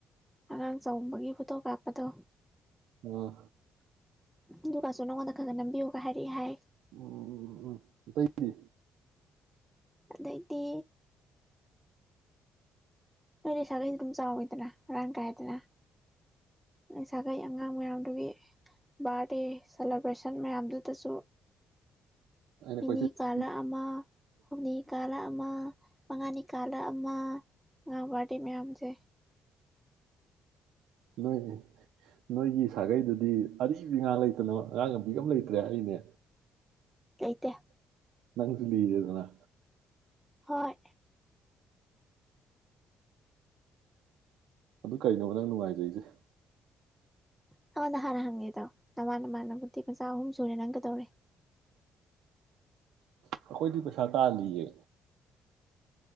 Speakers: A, in the centre; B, on the right.
A: ꯑꯉꯥꯡ ꯆꯥꯎꯝꯕꯒꯤ ꯐꯣꯇꯣ ꯀꯥꯞꯄꯗꯣ
B: ꯑꯣ
A: ꯑꯗꯨꯒꯀꯁꯨ ꯅꯉꯣꯟꯗ ꯈꯔ ꯈꯔ ꯅꯝꯕꯤꯌꯨꯒ ꯍꯥꯏꯔꯛꯏ ꯍꯥꯏ
B: ꯎꯝ ꯎꯝ ꯎꯝ ꯑꯇꯩꯗꯤ
A: ꯑꯗꯩꯗꯤ ꯅꯣꯏ ꯂꯩ ꯁꯥꯒꯩꯁꯨ ꯑꯗꯨꯝ ꯆꯥꯎꯋꯦꯗꯅ ꯃꯔꯥꯡ ꯀꯥꯏꯗꯅ ꯅꯣꯏ ꯁꯥꯒꯩ ꯑꯉꯥꯡ ꯃꯌꯥꯝ ꯑꯗꯨꯒꯤ ꯕꯥꯔꯗꯦ ꯁꯦꯂꯦꯕ꯭ꯔꯦꯁꯟ ꯃꯌꯥꯝꯗꯨꯗꯁꯨ
B: ꯑꯩꯅ
A: ꯅꯤꯅꯤ
B: ꯀꯣꯏꯆꯦꯜ ꯆꯦꯜꯂꯤ
A: ꯀꯥꯂꯛ ꯑꯃ ꯍꯨꯝꯅꯤ ꯀꯥꯂ ꯑꯃ ꯑꯃ ꯃꯉꯥꯅꯤ ꯀꯥꯜꯂ ꯑꯃ ꯑꯉꯥꯡ ꯕꯥꯔꯗꯦ ꯃꯌꯥꯝꯁꯦ
B: ꯅꯣꯏꯒꯤ ꯅꯣꯏꯒꯤ ꯁꯥꯒꯩꯗꯨꯗꯤ ꯑꯔꯤꯕꯤ ꯉꯥꯛ ꯂꯩꯗꯅ ꯑꯉꯥꯡ ꯅꯨꯕꯤꯒ ꯑꯝ ꯂꯩꯇ꯭ꯔꯦ ꯍꯥꯢꯅꯦ
A: ꯂꯩꯇꯦ
B: ꯅꯪꯁꯨ ꯂꯤꯔꯦꯗꯅꯥ
A: ꯍꯣꯏ
B: ꯑꯗꯨ ꯀꯩꯅꯣꯕ ꯅꯪ ꯅꯨꯡꯉꯥꯏꯖꯔꯤꯁꯦ
A: ꯑꯩꯉꯣꯟꯗ ꯍꯥꯟꯅ ꯍꯪꯉꯤꯗꯣ ꯅꯃꯥꯟ ꯅꯃꯥꯅꯕꯗꯤ ꯃꯆꯥ ꯑꯍꯨꯝ ꯁꯨꯔꯦ ꯅꯪ ꯀꯩꯗꯧꯔꯤ
B: ꯑꯩꯈꯣꯏꯗꯤ ꯄꯩꯁꯥ ꯇꯥꯜꯂꯤꯌꯦ